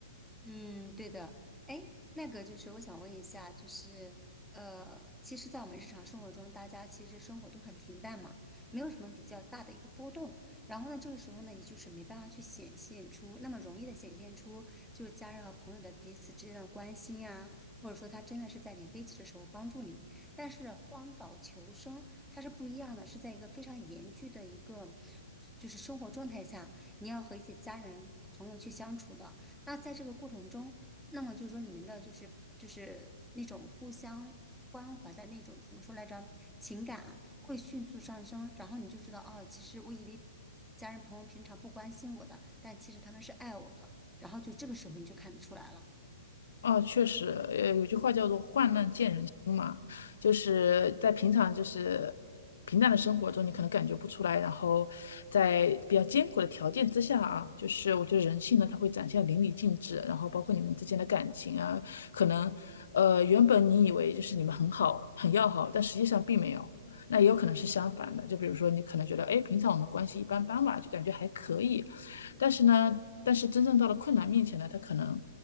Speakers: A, in the centre; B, on the left (about 60°).
A: 嗯，对的。哎，那个就是我想问一下，就是呃，其实，在我们日常生活中，大家其实生活都很平淡嘛，没有什么比较大的一个波动。然后呢，这个时候呢，也就是没办法去显现出那么容易的显现出，就是家人和朋友的彼此之间的关心呀，或者说他真的是在你危急的时候帮助你。但是荒岛求生它是不一样的，是在一个非常严峻的一个就是生活状态下，你要和一些家人、朋友去相处的。那在这个过程中，那么就是说你们的就是就是那种互相关怀的那种怎么说来着，情感啊会迅速上升，然后你就知道哦，其实我以为家人朋友平常不关心我的，但其实他们是爱我的，然后就这个时候你就看得出来了。
B: 哦，确实，呃，有句话叫做“患难见人心”嘛，就是在平常就是平淡的生活中，你可能感觉不出来，然后在比较艰苦的条件之下啊，就是我觉得人性呢，它会展现得淋漓尽致，然后包括你们之间的感情啊，可能呃原本你以为就是你们很好很要好，但实际上并没有。那也有可能是相反的，就比如说你可能觉得，哎，平常我们关系一般般嘛，就感觉还可以，但是呢，但是真正到了困难面前呢，他可能